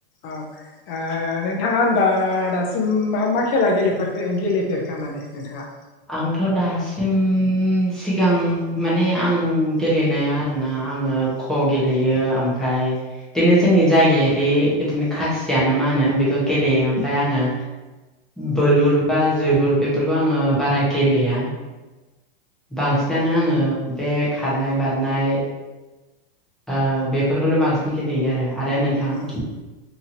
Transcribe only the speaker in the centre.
आंथ' दासिम सिगां माने आं गेलेनाया आरोना आङो ख' गेलेयो ओमफ्राय बिदिनो जोंनि जायगायारि बिदिनो खासिया नामा मा होनो बेखौ गेलेयो ओमफ्राय आङो। बोलुर बा जोलुर बेफोरखौ आङो बारा गेलेया। बांसिनानो
आङो बे खारनाय बारनाय ओ बेफोरखौनो बांसिन गेलेयो आरो। आरो नोंथाङा